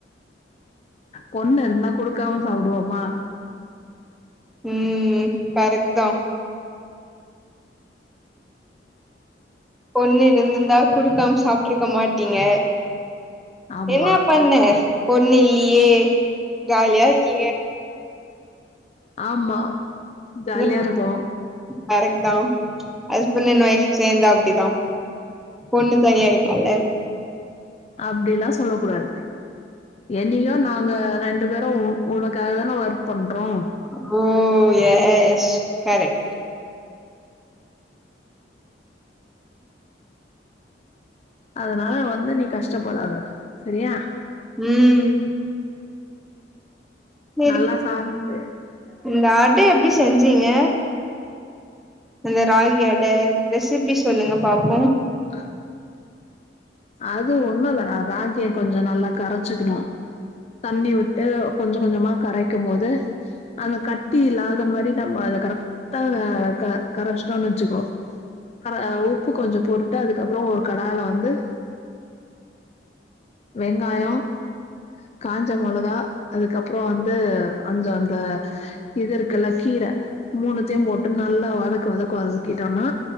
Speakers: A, on the left; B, in the centre.
A: பொண்ணு இருந்தா குடுக்காம சாப்டுவோமா
B: ம் ம் ம் கரெக்ட் தா பொண்ணு இருந்துந்த குடுக்காம சாப்ட்ருக்க மாட்டீங்க
A: ஆமா
B: என்ன பண்ண பொண்ணு இல்லியே ஜாலியா இருக்கீங்க
A: ஆம்மா ஜாலியா
B: இது
A: இருக்கு
B: கரெக்ட் தா ஹஸ்பண்ட் அண்ட் வைஃப் சேந்த அப்டி தா பொண்ணு தனியனாலே
A: அப்டிலா சொல்ல கூடாது என்னைக்கு நாங்க ரெண்டு பேரு. உ உனக்காக தா ஒர்க் பண்றோ
B: ஆ ம் எஸ் கரெக்ட்
A: அதனால வந்து நீ கஷ்டபடத சரியா
B: ம் சரி
A: <inaudible> நல்லா சாப்ட்டு
B: இந்த அ்டை எப்டி செஞ்சீங்க அந்த ராகி அடை ரெசிப்பி சொல்லுங்க பாப்போ
A: ஆ அது ஒண்ணு இல்ல ரா ராகியா கொஞ்ச நல்லா கரைச்சுக்கணு தண்ணி விட்டு கொஞ்ச கொஞ்சமா கரைக்கும் போது அந்த கட்டி இல்லாத மாரி நம்ம அத கரெக்ட்டா ஆ க கரைச்சிட்டோம்ன் வச்சுக்கோ கர அ உப்பு கொஞ்ச போட்டுட்டு அதுக்கப்புற ஒரு கடாய்ல வந்து வெங்காயம் காஞ்ச மொளகா அதுக்கப்புற வந்து கொஞ்ச அந்த இது இருக்கு லா கீரை மூணுத்தையு போட்டு நல்லா வதக்கு வதக்கு வதக்கிட்டோனா